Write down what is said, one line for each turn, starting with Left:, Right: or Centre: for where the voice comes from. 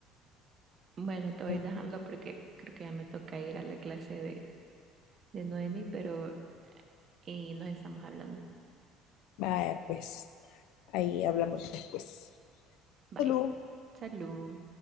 Right: Bueno, te voy
Left: no.
Right: dejando porque creo que ya me toca ir a la clase de, de Noemi, pero y nos estamos hablando.
Left: vaya, pues ahí hablamos después.
Right: Vaya,
Left: Salud.
Right: salud.